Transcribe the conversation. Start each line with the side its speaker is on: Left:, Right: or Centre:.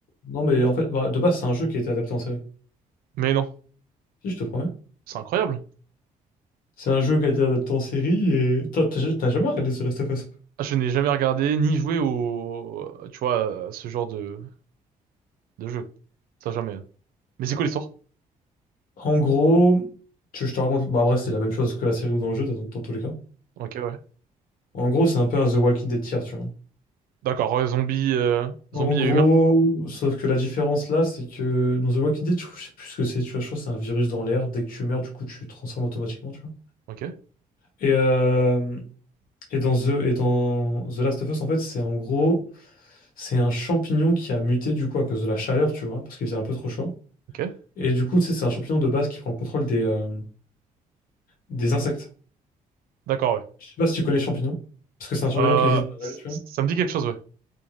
Left: Non, mais en fait, bah, de base, c'est un jeu qui a été adapté en série.
Right: Mais non,
Left: Si, je te promets.
Right: c'est incroyable.
Left: C'est un jeu qui a été adapté en série et... T'as t'as- ja-, t'as jamais regardé The Last of Us?
Right: Ah, Je n'ai jamais regardé ni joué au, tu vois, à ce genre de de jeu. Ça jamais. hein. Mais c'est quoi l'histoire?
Left: En gros, tu, je te raconte... Bah, en vrai, c'est la même chose que la série ou dans le jeu, dans, dans tous les cas.
Right: Ok, ouais.
Left: En gros, c'est un peu un The Walking Dead tier, tu vois.
Right: D'accord. ouais, zombie, euh,
Left: En
Right: zombie
Left: gros,
Right: et humain.
Left: sauf que la différence là, c'est que dans The Walking Dead, je je sais plus ce que c'est, tu vois, je crois que c'est un virus dans l'air. Dès que tu meurs, du coup, tu te transformes automatiquement, tu vois.
Right: Ok,
Left: Et, euh, et dans The, et dans The Last of Us, en fait, c'est en gros, c'est un champignon qui a muté du coup à cause de la chaleur, tu vois, parce qu'il faisait un peu trop chaud.
Right: ok.
Left: Et du coup, tu sais, c'est un champignon de base qui prend le contrôle des, euh, des insectes.
Right: D'accord, ouais.
Left: Je sais pas si tu connais le champignon, parce que c'est un champignon
Right: Euh,
Left: qui existe dans la
Right: c-
Left: vraie vie, tu
Right: ça
Left: vois.
Right: me dit quelque chose, ouais.